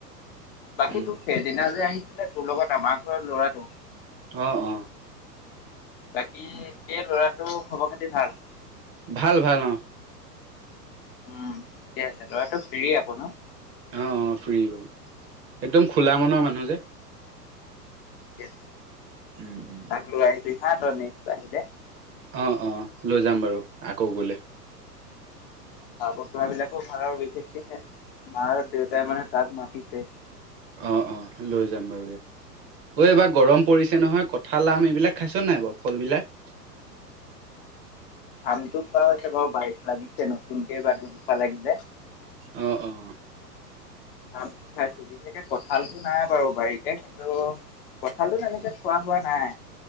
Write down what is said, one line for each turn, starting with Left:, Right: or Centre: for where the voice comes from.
Left: বাকী
Right: উম
Left: তোৰ সেইদিনা যে আহিছিলে তোৰ লগত আমাৰ ঘৰত ল'ৰাটো
Right: অ' অ'।
Left: বাকী সেই ল'ৰাটো খবৰ খাতি ভাল।
Right: ভাল ভাল অ'।
Left: উম, ঠিকে আছে। ল'ৰাটো ফ্ৰী অ'ক ন।
Right: অ' ফ্ৰী বাৰু, একদম খোলা মনৰ মানুহ যে।
Left: কেইট
Right: উম। উম
Left: তাক লৈ আহিব হা তই নেক্সট আহিলে।
Right: অ' অ' লৈ যাম বাৰু আকৌ গ'লে।
Left: কথা বতৰা বিলাকো ভাল আৰু বিশেষকেহে মা আৰু দেউতাই মানে তাক মাতিছে।
Right: অ' অ' লৈ যাম বাৰু দিয়া। ঐ এইবাৰ গৰম পৰিছে নহয়, কঁঠাল আম এইবিলাক খাইছোঁ নাই বাৰু ফল বিলাক।
Left: আমটোো খোৱা হৈছে বাৰু বাৰীত লাগিছে নতুনকে বা দু দুোপা লাগি যায়। আমটো খোৱা হৈছে বাৰু বাৰীত লাগিছে নতুনকে বা দু জোপা লাগিলে।
Right: অ' অ'।
Left: আামটো খাইছোঁ। বিশেষকে কঁঠালতো নাই বাৰু বাৰীতে কিন্তু। কঁঠালতো তেনেকে খোৱা হোৱা নাই।